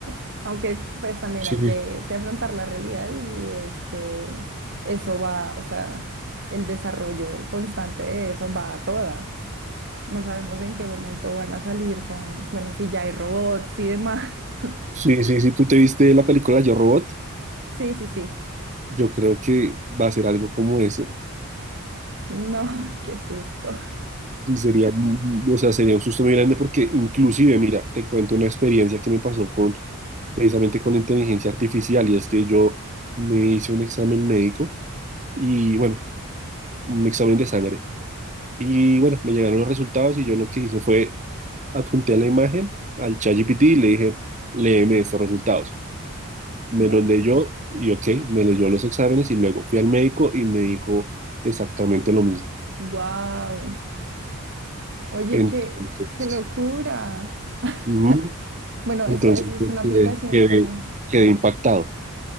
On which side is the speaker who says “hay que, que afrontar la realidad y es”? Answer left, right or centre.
Right